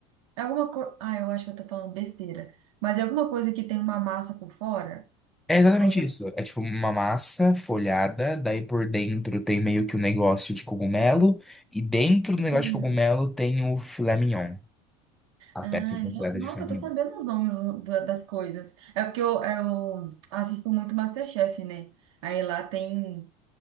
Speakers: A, on the right; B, in the centre.
A: É alguma coisa, ah, eu acho que eu tô falando besteira. Mas é alguma coisa que tem uma massa por fora
B: É exatamente
A: ou
B: isso. É tipo uma massa folhada, daí por dentro tem meio que um negócio de cogumelo, e dentro do negócio
A: não?
B: de cogumelo tem o filé mignon, a
A: Ah,
B: peça completa
A: no- nossa,
B: de filé
A: eu
B: mignon.
A: tô sabendo os nomes da- das coisas. É porque eu, é, eu assisto muito MasterChef, né? Aí lá tem,